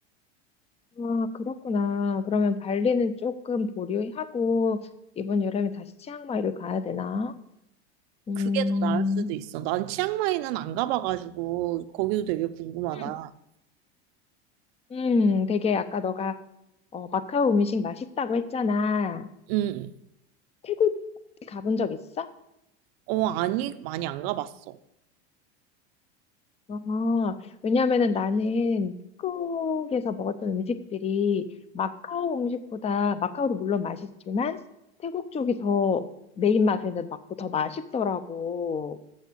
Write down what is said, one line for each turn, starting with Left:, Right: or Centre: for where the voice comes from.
Left: 아, 그렇구나. 그러면 발리는 조금 보류하고 이번 여름에 다시 치앙마이를 가야 되나? 음,
Right: 그게 더 나을 수도 있어. 난 치앙마이는 안 가봐가지고 거기도 되게 궁금하다.
Left: 음, 음, 되게 아까 너가 어, 마카오 음식 맛있다고 했잖아.
Right: 응.
Left: 태국 혹시 가본 적 있어?
Right: 어, 아니, 많이 안 가봤어.
Left: 아, 왜냐면은 나는 태국에서 먹었던 음식들이 마카오 음식보다 마카오도 물론 맛있지만 태국 쪽이 더 내 입맛에는 맞고 더 맛있더라고.